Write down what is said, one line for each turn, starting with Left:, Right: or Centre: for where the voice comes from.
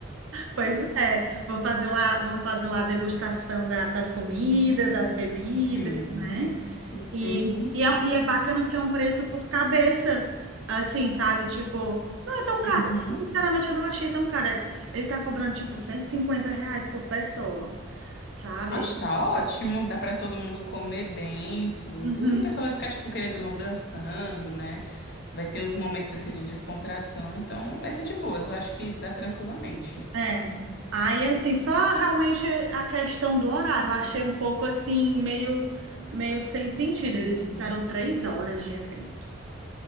Right: Pois é, vamos fazer lá, vamos fazer lá a degustação da- das comidas, das bebidas,
Left: Sim.
Right: né? E,
Left: Uhum,
Right: e, é, e é bacana porque é um preço por cabeça, assim, sabe? Tipo, não é tão caro.
Left: uhum.
Right: Sinceramente, eu não achei tão caro. Esse- Ele tá cobrando, tipo, 150 reais por pessoa, sabe?
Left: Acho que tá ótimo, dá pra todo mundo comer bem, tudo.
Right: Uhum,
Left: E o pessoal vai ficar, tipo, querendo ou não dançando, né? Vai ter uns momentos assim de descontração, então vai ser de boas, eu acho que dá tranquilamente.
Right: é. Aí, assim, só realmente a questão do horário, eu achei um pouco, assim, meio, meio sem sentido.
Left: Hum.
Right: Eles disseram três horas de evento.